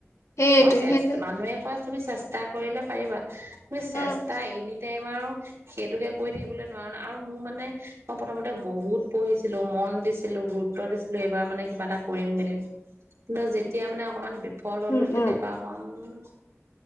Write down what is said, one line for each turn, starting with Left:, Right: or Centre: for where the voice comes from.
Left: সেইটোৱে
Right: মই চেষ্ট,
Left: সেইটো
Right: মানুহে কয় তুমি চেষ্টা কৰিলে পাৰিবা। <unintelligible>
Left: উম
Right: চেষ্টা এনিটাইম বাৰু সেইটোকে কৰি থাকিবলৈ নোৱাৰা ন আৰু মোৰ মানে মই প্ৰথমতে বহুত পঢ়িছিলো মন দিছিলো গুৰুত্ব দিছিলো এইবাৰ মানে কিবা এটা কৰিম মেলিম কিন্তু যেতিয়া মানে অকমান ফল হ'লো
Left: উম
Right: তেতিয়াৰ
Left: উম
Right: পৰা মন